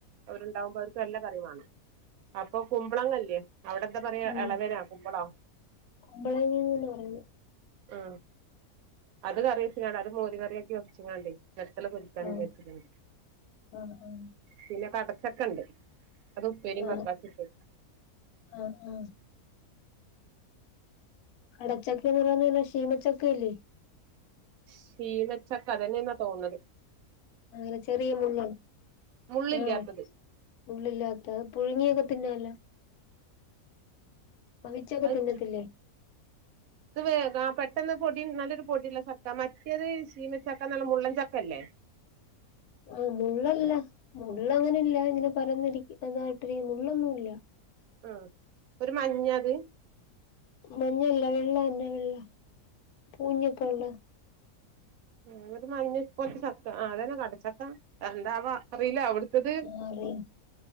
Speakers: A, on the right; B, on the left.
A: അവരുണ്ടാവുമ്പോ അവർക്ക് നല്ല കറിവാണം അപ്പൊ കുമ്പളങ്ങല്യേ അവിടെ എന്താ പറയാ
B: ഉം
A: ഇളവനാ കുമ്പളോ
B: കുമ്പളങ്ങന്ന് പറയുന്ന്
A: ആ അത് കറിവെച്ച്ങ്ങാണ്ടെ അത് മോരി കറിയാക്കി വെച്ച്ങ്ങാ ണ്ടെ വെട്ടല പൊരിക്കാൻ
B: ആ
A: വിചാ രിച്ചിട്ടുണ്ട്
B: ആ ആ
A: പിന്നെ കടച്ചക്കണ്ട് അത് ഉപ്പേരിയും
B: ആ
A: മക്കാസിപ്പ്
B: ആ ആ കടച്ചക്കന്ന് പറന്നല്ല ശീമച്ചക്കല്ലേ
A: ശീമച്ചക്ക അതെന്നെയെന്നാ തോന്നു ന്ന ത്
B: അ ചെറിയ മുള്ളാണ്
A: മുള്ളില്ലാത്തത്
B: ആഹ് മുള്ളില്ലാത്ത പുഴുങ്ങിയൊക്കെ പിന്നല്ല ഭവിച്ചക്കതിന്നത്തില്ലേ
A: അത് ഇത് വേ പെട്ടെന്ന് പൊടി നല്ലൊരു പൊടില്ല ചക്ക മറ്റേത് ചീമച്ചക്ക എന്നല്ല മുള്ളൻ ചക്ക ല്ലേ
B: ആഹ് മുള്ളല്ല മുള്ള അങ്ങനെല്ല ഇങ്ങനെ പരന്നിരിക്കും അതാട്ടിരി മു ള്ളൊന്നുമല്ല
A: ആഹ് ഒരു മഞ്ഞത്
B: മഞ്ഞല്ല വെള്ളന്നെ വെള്ള പൂഞ്ഞൊക്കെള്ള
A: ഉ ഒരു മഞ്ഞ കൊച്ച ചക്ക അതന്നെ കടച്ചക്ക എണ്ടാവ അറിയില്ല അവിടു ത്
B: ആഹ് അറിയാം